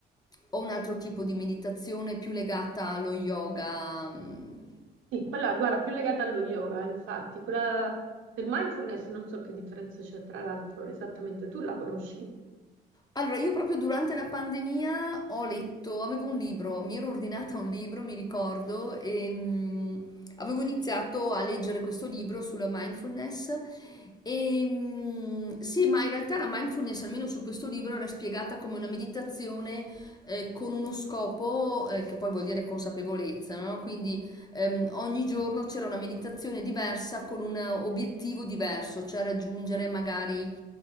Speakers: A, on the left (about 20°); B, on the right (about 75°).
A: o un altro tipo di meditazione più legata allo yoga? mm,
B: Sì, quella, guarda, più legata allo yoga, infatti, quella del mindfulness non so che differenza c'è tra l'altro esattamente, tu la conosci?
A: Allora, io proprio durante la pandemia ho letto, avevo un libro, mi ero ordinata un libro, mi ricordo, e mm, avevo iniziato a leggere questo libro sulla mindfulness. E mm, sì, ma in realtà la mindfulness, almeno su questo libro, era spiegata come una meditazione eh, con uno scopo eh, che poi vuol dire consapevolezza, no? Quindi ehm, ogni giorno c'era una meditazione diversa con un obiettivo diverso, cioè raggiungere magari,